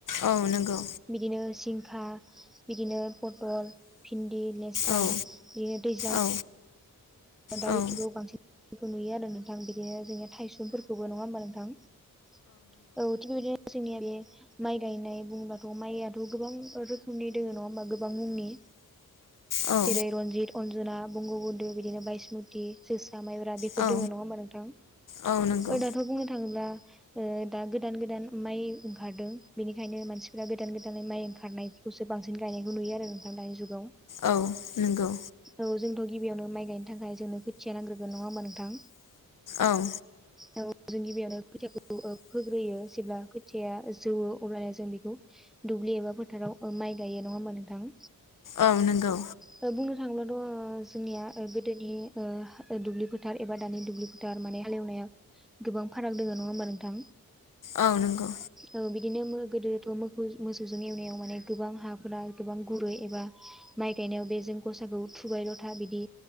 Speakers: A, on the left; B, in the centre.
A: औ नंगौ।
B: बिदिनो जिंखा बिदिनो पटल भिन्दि, लेस्रा,
A: औ
B: बेयो दै
A: औ
B: दा
A: औ
B: बेफोरखौ
A: औ
B: बांसिनखौ नुयो आरो नोंथां बिदिनो जोंनिया थाइस' फोरखौबो नङा होमबा नोंथां। औ थिग बेदिनो जोंनिया बे माइ गायनाय बुंब्लाथ' माइयाथ' गोबां रोखोमनि दङ नङा होमबा गोबां मुंनि।
A: औ
B: जेरै रन्जित, अनजना, बंग बन्धु, बिदिनो बायसमुति जोसा माइब्रा बेफोर
A: औ
B: दोङो नङा होमबा नोंथां।
A: औ नंगौ
B: ओ दाथ' बुंनो थाङोब्ला ओ दा गोदान गोदान माइ ओंखारदों बेनिखायनो मानसिफोरा गोदान गोदानै माइ ओंखारनाय खौसो बांसिन गायनायखौ नुयो आरो नोंथां दानि जुगाव।
A: औ नंगौ।
B: औ जोंथ' गिबियावनो माइ गायनो थाखाय जोंनो खोथिया नांग्रोगोन नङा होमबा नोंथां।
A: औ।
B: <inaudible> औ जों गिबियावनो खोथियाखौ ओ फोग्रोयो जेब्ला खोथिया जौयो अब्लानो जों बेखौ दुब्लि एबा फोथाराव ओ माइ गायो नङा होमबा नोंथां
A: औ नोंगौ
B: ओ बुंनो थाङोब्लाथ' जोंनिया ओ गोदोनि ओ दुब्लि फोथार एबा दानि दुब्लि फोथार माने हालेवनाया गोबां फाराग दोङो नङा होमबा नोंथां।
A: औ नंगौ।
B: औ बिदिनो मो गोदोथ' मोखौ-मोसौजों एवनायाव माने गोबां हाफोरा गोबां गुरै एबा माइ गायनायाव बे जों गसाखौ थुबायलथा बिदि